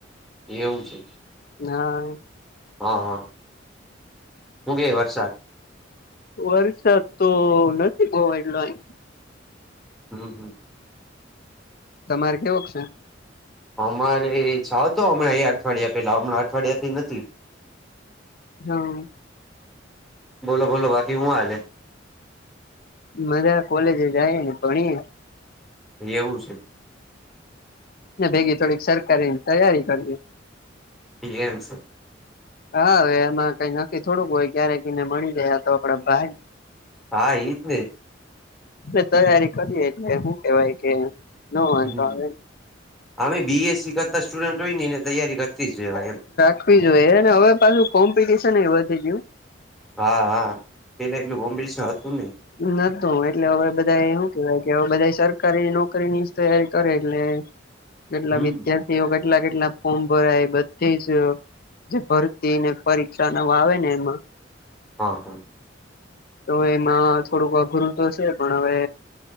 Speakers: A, in the centre; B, on the left (about 55°).
A: એવું છે.
B: હા
A: હા હા હું કેય વરસાદ
B: વરસાદ તો નથી બૌ એટલો અય
A: હં હ
B: તમારે કેવોક સે
A: અમારે છાહતો હમણાં અઠવાડિયા પેલાં હમણાં અઠવાડિયાથી નથી
B: હમ
A: બોલો બોલો બાકી હું હાલે
B: મજા કોલેજે જાયે ને ભણીયે
A: એવું છે
B: ને ભેગી થોડીક સરકારીની તૈયારી કરીએ
A: ઈ એમ સે
B: હા હવે એમાં કાઈ નક્કી થોડુંક હોય ક્યારે એને મળી ગયા તો આપડા ભાગ
A: હા ઈ જ ને
B: એ તૈયારી કરીએ એટલે હુ કેવાય કે નો વાંધો
A: હમ
B: આવે
A: આમેય બીએસસી કરતા સ્ટુડન્ટ હોય નેએ ને તૈયારી કરતી જ રેવાય એમ
B: આપવી જોઈએ ને હવે પાછું કોમ્પિટિશને ય વધી ગયું
A: હા હા પેલા એટલુ કોમ્પીટીશન હતું નય
B: નતું એટલે હવે બધા એ હુ કેવાય કે હવે બધા સરકારી નોકરીની જ તૈયારી કરે એટલે કેટલા
A: હમ
B: વિદ્યાર્થીઓ કેટલા કેટલા ફોર્મ ભરાય બધી જ જે ભરતી ને પરીક્ષા ને એવુ ને એમાં
A: હ હ
B: તો એમાં થોડુંક અઘરું તો છે પણ હવે